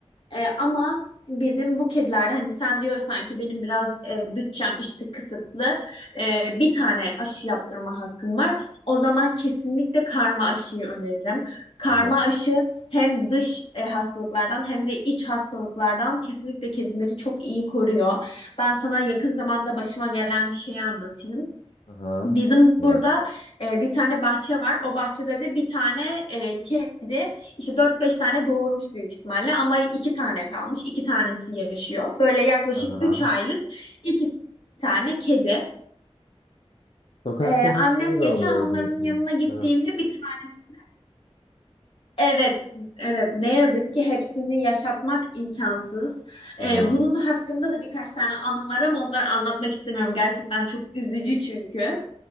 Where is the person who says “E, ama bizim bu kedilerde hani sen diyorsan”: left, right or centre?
Left